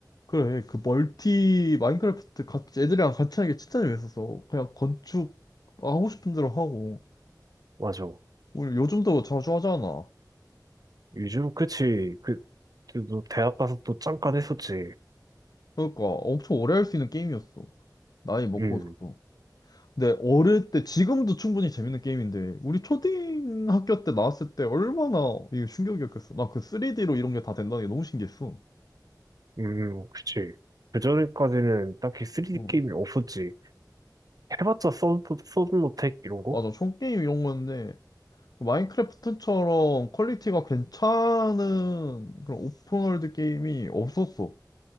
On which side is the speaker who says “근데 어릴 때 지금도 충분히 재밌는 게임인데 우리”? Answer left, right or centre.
Left